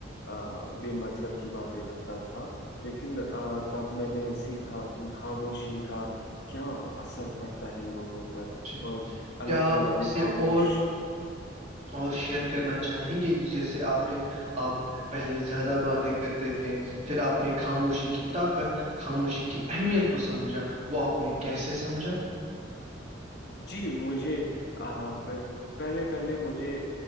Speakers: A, on the left; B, on the right.
A: ا بے مطلب کی باتیں کرتا تھا لیکن تب میں نے سیکھا کہ خاموشی کا کیا اثر پڑتا ہے لوگوں پر
B: جی،
A: اور اللہ
B: کیا
A: تعالی
B: آپ اسے
A: بھی خاموش
B: اور اور شیئر کرنا چاہیں گے کہ جیسے آپ نے آپ پہلے زیادہ باتیں کرتے تھے پھر اپنے خاموشی کی طاقت خاموشی کی اہمیت کو سمجھا وہ آپ نے کیسے سمجھا
A: جی مجھے آ آ پہلے پہلے مجھے